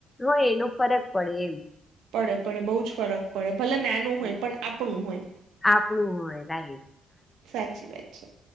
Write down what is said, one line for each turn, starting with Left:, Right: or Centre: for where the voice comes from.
Left: હોય એનો ફરક પડે એમ.
Right: પડે પડે બહુ જ ફરક પડે ભલે નાનું
Left: હમ.
Right: હોય પણ આપણું હોય.
Left: આપણું હોય રાહ.
Right: સાચી વાત છે,